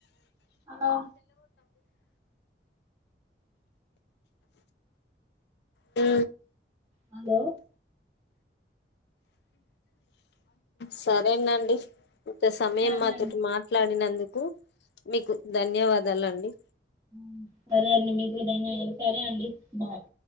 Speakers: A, on the right; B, on the left.
A: హలో
B: మ్
A: హలో
B: సరేనండి ఇంత సమయం
A: సరే
B: మాతోటి మాట్లాడినందు కు మీకు ధన్యవాదాల అండి
A: మ్ సరే అండి మీకు కూడా ధన్యవాద సరే అండి బాయ్